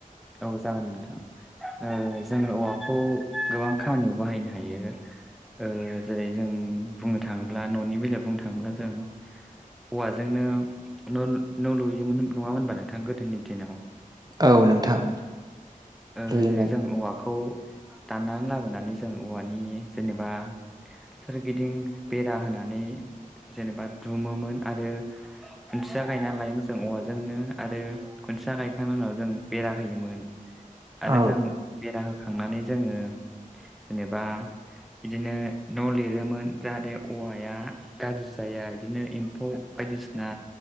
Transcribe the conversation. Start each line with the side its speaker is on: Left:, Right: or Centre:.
Centre: औ जागोन नोंथां। ओ जोङो औवाखौ गोबां खामानियाव बाहायनो हायो। ओ जेरै जों बुंनो थाङोब्ला न'नि बेलायाव बुंनो थाङोब्ला जों औवाजोंनो' न'ल न' लुयोमोन नङामोन ओनबा नोंथां गोदोनि दिनाव
Right: औ नोंथां।
Centre: ओ
Right: लुयोमोन
Centre: जेरै जों औवाखौ दाननानै लाबोनानै जों औवानि जेनेबा सोरगिदिं बेरा होनानै जेनेबा दुमोमोन आरो खुन्थिया गायनानै लायोमोन जों औवाजोंनो आरो खुन्थिया गायखांनायनि उनाव जों बेरा होयोमोन। आरो
Right: औ
Centre: जों बेरा होखांनानै जोङो जेनेबा बिदिनो न' लिरोमोन जाहाथे औवाया गारजि जाया इदिनो एम्फौ बायदिसिना